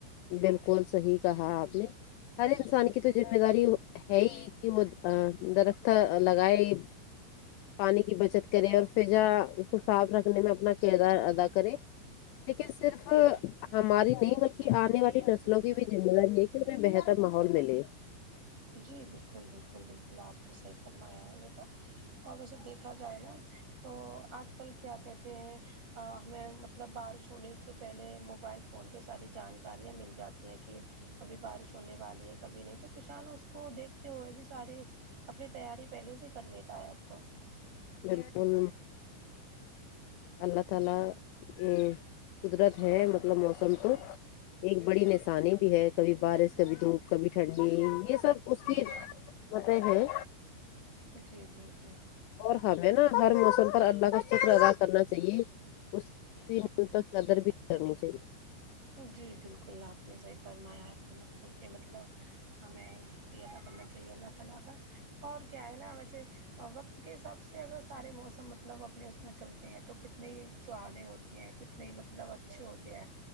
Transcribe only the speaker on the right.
جی بالکل بالکل بالکل آپ کو صحیح فرمایا ہے یے تو اور ویسے دیکھا جائے نا تو آج کل کیا کہتے ہیں ہمیں مطلب بارش ہونے سے پہلے موبائل فون پے ساری جانکاریاں مل جاتی ہیں کہ کبھی بارش ہونے والی ہے کبھی نہیں تو کسان اس کو دیکھتے ہوئے بھی ساری اپنی تیاری پہلے سے کر لیتا ہے اب تو
جی
جی جی جی
جی بالکل آپ نے صحیح فرمایا ہے ہر موسم پے مطلب ہمیں شکریہ ادا کرنا چاہیے اللہ تعالی کا اور کیا ہے نا ویسے اور وقت کے حساب سے اگر سارے موسم مطلب اپنے اس میں چلتے ہیں تو کتنی سہانے ہوتی ہیں نہیں مطلب اچھے ہوتے ہیں